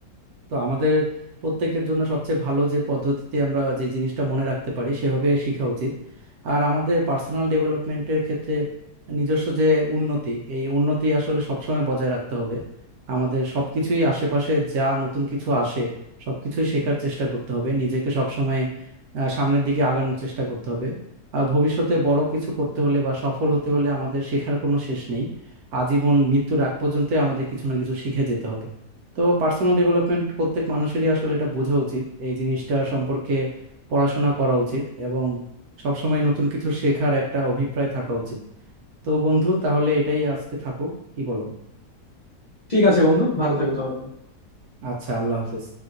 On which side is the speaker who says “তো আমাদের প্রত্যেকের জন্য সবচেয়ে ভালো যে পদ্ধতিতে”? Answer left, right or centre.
Right